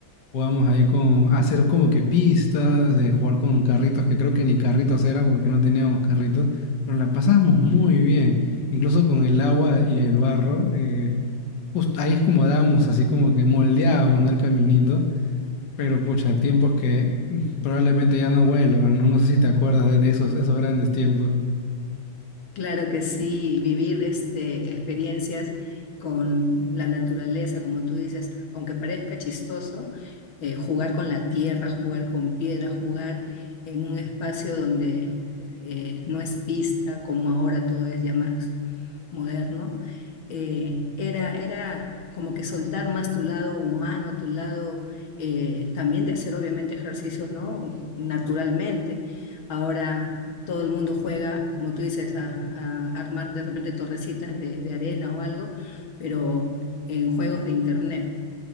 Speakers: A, on the left; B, on the left.
A: Jugamos ahí con hacer como que pistas, eh, jugar con carritos, que creo que ni carritos eran porque no teníamos carritos, pero la pasamos muy bien, incluso con el agua y el barro. eh, justo ahí es como dábamos, así como que moldeábamos, ¿no? El caminito, pero pucha, tiempos que mm, probablemente ya no vuelvan, ¿no? No sé si te acuerdas de de esos, esos grandes tiempos.
B: Claro que sí, vivir este, experiencias con la naturaleza, como tú dices, aunque parezca chistoso, eh, jugar con la tierra, jugar con piedra, jugar en un espacio donde eh, no es pista, como ahora todo es ya más moderno, eh, era, era como que soltar más tu lado humano, tu lado eh, también de hacer obviamente ejercicios, ¿no? Naturalmente. Ahora todo el mundo juega, como tú dices, a, a armar de repente torrecitas de, de arena o algo, pero en juegos de internet.